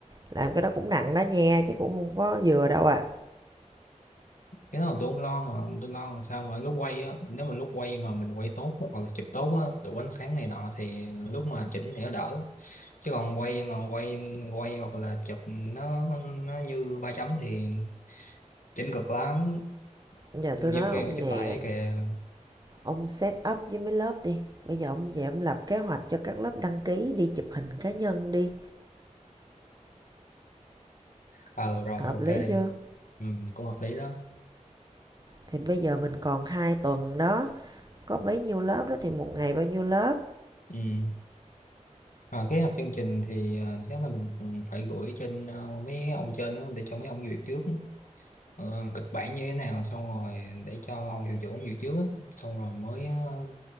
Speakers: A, on the right (about 30°); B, on the left (about 80°).
A: làm cái đó cũng nặng đó nha chứ cũng không có vừa đâu ạ.
B: cái đó là tôi không lo mà tôi lo làm sao mà lúc quay á nếu mà lúc quay mà mình quay tốt hoặc là chụp tốt á đủ ánh sáng này nọ thì lúc mà chỉnh thì nó đỡ chứ còn quay mà quay quay hoặc là chụp nó nó như ba chấm thì chỉnh cực lắm
A: à. Giờ
B: nhiều
A: tôi nói
B: khi
A: ông
B: phải chụp
A: nè,
B: lại kìa
A: ông set up với mấy lớp đi, bây giờ ông về ông lập kế hoạch cho các lớp đăng ký đi chụp hình cá nhân đi,
B: ờ rồi
A: hợp
B: ok
A: lý chưa?
B: ừ, cũng hợp lý đó
A: Thì bây giờ mình còn 2 tuần đó, có bấy nhiêu lớp đó thì một ngày bao nhiêu lớp,
B: ừ. Rồi kế hoạch chương trình thì ờ, chắc là mình cũng phải gửi trên ờ, mấy ông trên đó để cho mấy ông duyệt trước ờ, kịch bản như thế nào xong rồi để cho ông Hiệu Trưởng dự trước á. xong rồi mới ờ,